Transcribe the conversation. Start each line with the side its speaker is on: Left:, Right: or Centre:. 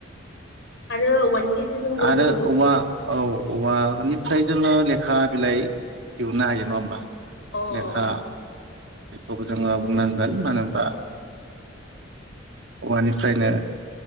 Left: आरो औवानि गेजेरजोंबो
Right: आरो
Left: जों
Right: औवा औ औवा <unintelligible> जोङो लेख खा बिलाइ दिहुननो हायो नङा होमबा,
Left: अ
Right: लेखा
Left: अ
Right: बेखौबो जोङो बुंनांगोन मानो होनबा औवानिफ्रायनो